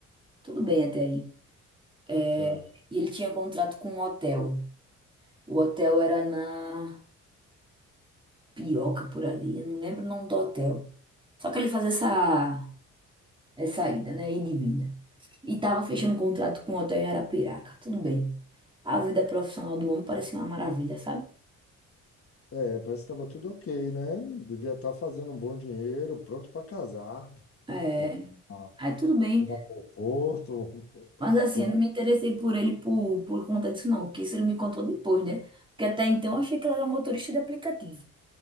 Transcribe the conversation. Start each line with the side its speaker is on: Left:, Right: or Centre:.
Right: Tudo bem até aí. É,
Left: Tá.
Right: e ele tinha contrato com um hotel. O hotel era na Pioca por ali, eu não lembro o nome do hotel. Só que ele fazia essa essa ida, né, ida e vinda. E tava fechando contrato com o hotel em Arapiraca. Tudo bem. A vida profissional do homem parecia uma maravilha, sabe?
Left: É, parece que estava tudo ok, né? Devia estar fazendo um bom dinheiro, pronto para casar,
Right: É,
Left: para te dar
Right: aí tudo bem.
Left: te dar conforto.
Right: Mas assim,
Left: <laughs>
Right: eu não me interessei por ele por, por conta disso, não. Porque isso ele me contou depois, né? Porque até então eu achei que ele era motorista de aplicativo.